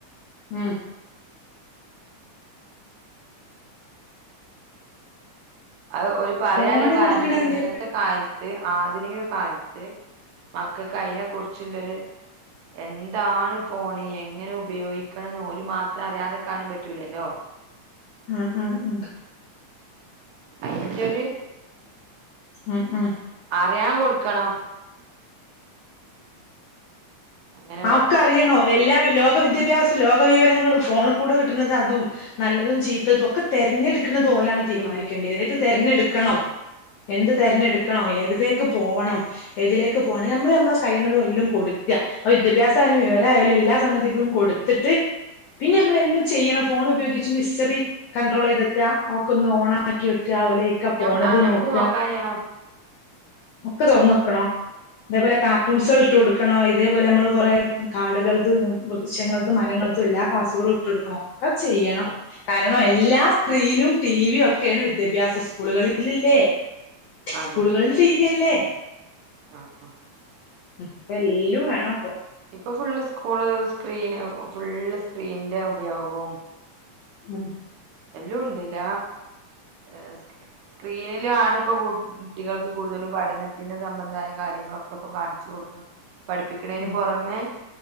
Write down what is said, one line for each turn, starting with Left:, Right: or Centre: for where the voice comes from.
Left: മ്
Right: അത് ഓല് പറയാല്ലെ
Left: ഫോണ്
Right: കാരണം,
Left: കൊടുക്കണ എന്ത്
Right: ഇന്നത്തെ കാലത്ത്, ആധുനിക കാലത്ത് മക്കക്ക് അയ്നെ കുർ <unintelligible> എന്താണ് ഫോണ്, എങ്ങനെ ഉപയോഗിക്കണംന്ന് ഓല് മാത്രം അറിയാതെക്കാനും പറ്റൂലല്ലോ.
Left: ഉം ഉം ഉം
Right: അയിന്റെ
Left: <unintelligible>
Right: ഒരു
Left: ഉം ഉം.
Right: അറിയാൻ കൊടുക്കണം അങ്ങനെ
Left: ആ
Right: പറഞ്ഞു
Left: ഒക്ക അറിയണോ എല്ലാം ലോക വിദ്യാഭ്യാസും, ലോക വിവരങ്ങളും, ഫോണ്ക്കൂടെ കിട്ടുന്നത് അതും, നല്ലതും ചീത്തതും, ഒക്കെ തെരഞ്ഞെടുക്ക്ണത് ഓലാണ് തീരുമാനിക്കണ്ടേ ഏത് തെരഞ്ഞെടുക്കണം <unintelligible> തെരഞ്ഞെടുക്കണോ
Right: ആ
Left: ഏത് ക്ക് പോവണം, ഏതിലേക്ക് പോണം, നമ്മള് നമ്മളെ കഴിയണതെല്ലം കൊടുക്ക വിദ്യാഭ്യാസായാലും, വിവരാ യാലും എല്ലാ സംഗതികളും കൊടുത്തിട്ട് പിന്നെ നമ്മളെല്ലം ചെയ്യണം. <unintelligible> ഉപയോഗിച്ച് മിസ്റ്ററി കണ്ട്രോളെയ്തെക്കാ, അഒക്കൊന്ന് ഓണാക്കി വെ ഓല് എയ്ക്ക പോണത്
Right: ഞം ആ ഞമ്മക്ക്
Left: നോക്കാ.
Right: നോക്കാൻ ചെയ്യണം
Left: ഒക്കെ തൊർന്നൊട്ക്കണം <unintelligible>
Right: ഉം
Left: കാർട്ടൂൺസാള് <unintelligible> കൊടുക്കണോ ഇത് നമ്മള് കൊറേ കാടുകൾതും, വൃക്ഷങ്ങൾതും, മരങ്ങൾതും എല്ലാ ക്ലാസുകളും ഇട്ടൊട്ക്കണം. ക്കെ ചെയ്യണം
Right: ആ
Left: കരാ കാരണം എല്ലാ സ്ക്രീനും ടിവിയും ഒക്കെയാണ് വിദ്യാഭ്യാസ സ്കൂളുകളിൽ ഇല്ലേ
Right: അതന്നെ
Left: സ്കൂളുകളിൽ ടി വി അല്ലേ
Right: ആ ആ
Left: ഉ അപ്പൊ എല്ലും വേണം ഇപ്പൊ
Right: ഇപ്പൊ ഫുള്ള് സ്കൂള് സ്ക്രീന് ഫുള്ള് സ്ക്രീന്റെ ഉപയോഗവും
Left: ഉം
Right: എല്ലാം ഉണ്ട്ല്ല ഏർ സ്ക്രീനില് ആണ് ഇപ്പ കുട്ടികൾക്ക് കൂടുതലും പഠനത്തിന്റെ സംബന്ധമായ കാര്യങ്ങളൊക്കെ ഇപ്പൊ കാണിച്ചു കൊടുക്കുന്നത് പഠിപ്പിക്കണതിന്
Left: ഉം
Right: പുറമേ